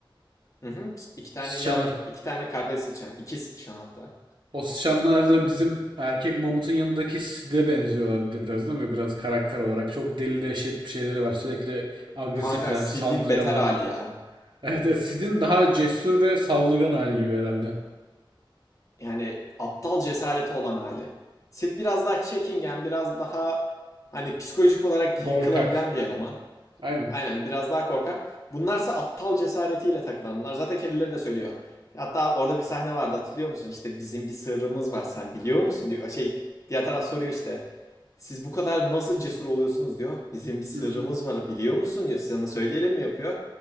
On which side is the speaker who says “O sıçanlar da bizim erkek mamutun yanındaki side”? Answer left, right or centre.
Right